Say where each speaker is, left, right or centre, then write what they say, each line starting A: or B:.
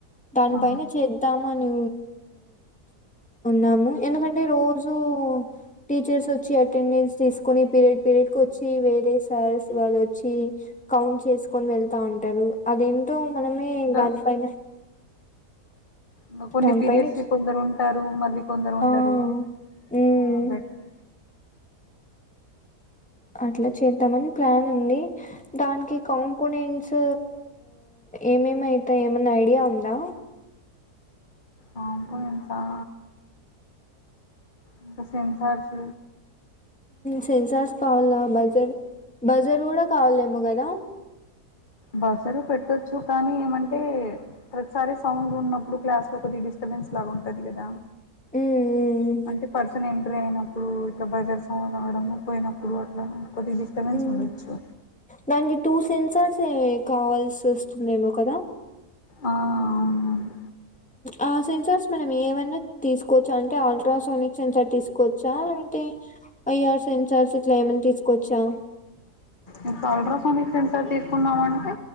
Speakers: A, in the centre; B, on the left (about 30°).
A: దాని
B: ఆ
A: పైన చేద్దామని ఉన్నాము ఎందుకంటే రోజూ టీచర్స్ వచ్చి అటెండెన్స్ తీసుకుని పీరియడ్ పీరియడ్ కు వచ్చి వేరే సార్స్ వాళ్ళొచ్చి కౌంట్ చేసుకొని వెళ్తా ఉంటారు అదేంటో మనమే దానిపైన
B: అ ఇంకా కొన్ని
A: దానిపైన
B: పీరియడ్స్
A: చ్-
B: కొందరు ఉంటారు మళ్ళీ కొందరు ఉండరు
A: ఆ హ్మ్
B: ఆ బెటర్
A: అట్లా చేద్దామని ప్లాన్ ఉంది దానికి కాంపోనెంట్స్ ఏమేమివుతా ఏమన్న ఐడియా ఉందా
B: ఆ కాంపోనెంట్స్ ఆ ఇంకా సెన్సర్స్
A: సెన్సార్స్ కావాల బజార్ బజార్ కూడా కావాలేమో కదా
B: బసరు పెట్టొచ్చు కానీ ఏమంటే ప్రతిసారి సౌండ్ ఉన్నప్పుడు క్లాస్ లో కొద్ది డిస్టర్బెన్స్ ఉంటది కద
A: హ్మ్
B: అంటే పన్ ఎంటర్ అయినప్పుడు ఇట్లా బజార్ సౌండ్ రావడము పోయినప్పుడు అట్లా కొద్దిగా డిస్టర్బెన్స్
A: ఉమ్
B: ఉండొచ్చు
A: దానికి టూ సిమ్ సార్ స కావాల్సి వస్తుందేమో కదా
B: ఆ అవునువును
A: ఆ సెన్సార్స్ మనం ఏవన్నా తీసుకోవచ్చు అంటే అల్ట్రాసోనిక్ సెన్సార్ తీసుకోవచ్చా లేంటే ఐఆర్ సెన్సార్స్ ఇట్లా ఏమన్నా తీసుకోవచ్చా
B: ఇడు అల్ట్రాసానిక్ సెన్సర్ తీసుకున్నామంటే